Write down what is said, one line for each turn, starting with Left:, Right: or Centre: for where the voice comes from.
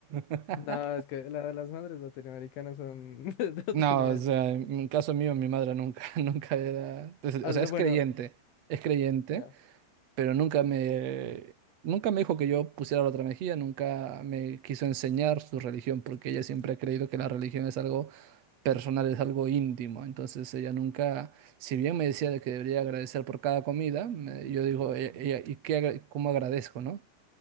Right: <laughs>
Left: No, es que la- las madres latinoamericanas son <laughs> de otro
Right: No,
Left: nivel.
Right: o sea, en en caso mío, mi madre nunca, <laughs> nunca era, pues, o
Left: Ah,
Right: sea, es
Left: Bueno,
Right: creyente, es creyente,
Left: ya,
Right: pero nunca me, nunca me dijo que yo pusiera la otra mejilla, nunca me quiso enseñar su religión, porque ella siempre ha creído que la religión es algo personal, es algo íntimo. Entonces ella nunca, si bien me decía de que debería agradecer por cada comida, me- yo digo, "E- ella, ¿y qué, agra- cómo agradezco, no?